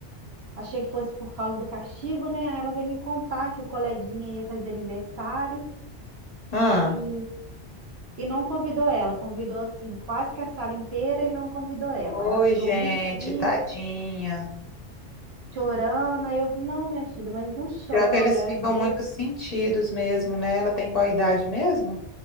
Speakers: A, on the right; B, on the left.
A: Achei que fosse por causa do castigo, né? Aí Ela veio me contar que o coleguinha ia fazer aniversário
B: Ah.
A: e, e não convidou ela. Convidou, assim, quase que a sala inteira e não convidou ela.
B: Oi,
A: Aí Ela chegou
B: gente,
A: muito triste,
B: tadinha.
A: chorando. Aí eu, não, minha filha, mas não chora.
B: Pior que eles ficam
A: Às vezes
B: muito sentidos mesmo, né? Ela tem qual idade mesmo?